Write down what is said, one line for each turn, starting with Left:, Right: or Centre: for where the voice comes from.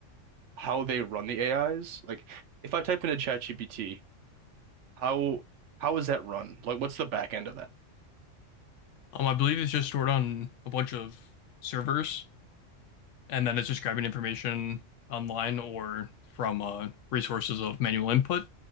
Right: how they run the AIs? Like if I type into ChatGPT How how is that run? Like, what's the back end of that?
Left: Um, I believe it's just stored on a bunch of servers, and then it's just grabbing information online or from uh, resources of manual input,